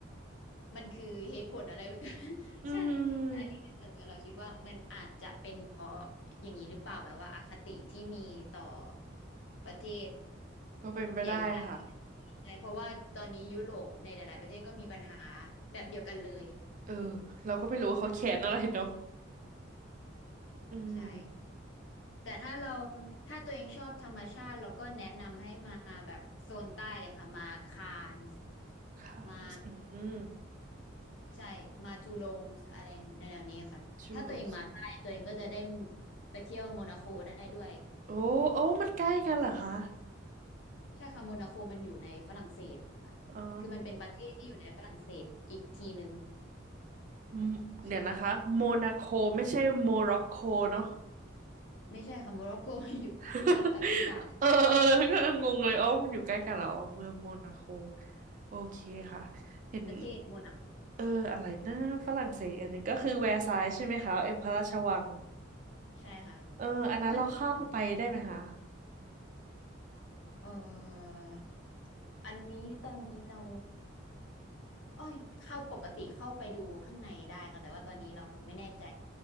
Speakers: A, on the left; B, on the right.
A: มันคือเหตุผลอะไรแบบ <laughs>
B: อืม
A: ใช่แต่อันนี้คือส่วนตัวเราคิดว่ามันอาจจะเป็นเพราะอย่างนี้หรือเปล่าแบบว่าอคติที่มีต่อประเทศ
B: ก็เป็นไปได้ค่ะ
A: ใหญ่ๆใช่เพราะว่าตอนนี้ยุโรปในหลายๆประเทศก็มีปัญหาแบบเดียวกันเลย
B: เออเราก็ไม่รู้ว่าเขาแขนอะไรเนาะอืม
A: ใช่ แต่ถ้าเราถ้าตัวเองชอบธรรมชาติเราก็แนะนำให้มาแบบโซนใต้เลยค่ะมาคานส์
B: ค่ะ
A: มา
B: อืม
A: ใช่มาจูลงอะไรในแนวนี้ค่ะถ้าตัวเองมาใต้ตัวเองก็จะได้
B: จูโลป
A: ไปเที่ยวโมนาโคได้ด้วย
B: โอ้โอ้มันใกล้กันเหรอคะ
A: ใช่ค่ะโมนาโคมันอยู่ในฝรั่งเศสค่ะคือมันเป็นประเทศที่อยู่ในฝรั่งเศสอีกทีหนึ่ง
B: อ๋อมเดี๋ยวนะคะโมนาโคไม่ใช่โมร็อกโกเนาะ
A: ใช่ไม่ใช่ค่ะโมร็อกโก <laughs> อยู่อยู่แอแอฟริกา
B: <laughs> เออเออ <laughs> แล้วก็งงเลยอ๋อมันอยู่ใกล้กันเหรออ๋อเมืองโมนาโคโอเคค่ะเห็น
A: ประเทศโมนาโค
B: เอออะไรนะฝรั่งเศสอันหนึงก็คือแวร์ซายน์ใช่ไหมคะเออพระราชวัง
A: ใช่ค่ะ
B: เอออันนั้นเราเข้าไปได้ไหมคะ
A: เพราะเอ่ออันนี้ตอนนี้เรา เอ้ยเข้าปกติเข้าไปดูข้างในได้ค่ะแต่ว่าตอนนี้เราไม่แน่ใจ